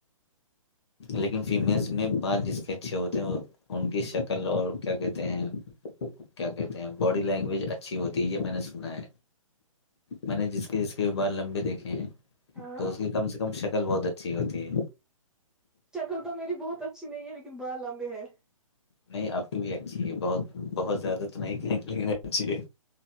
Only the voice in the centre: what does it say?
اچھا
ہاں
شکل تو میری بہت اچھی نہیں ہے لیکن بر لمبے ہے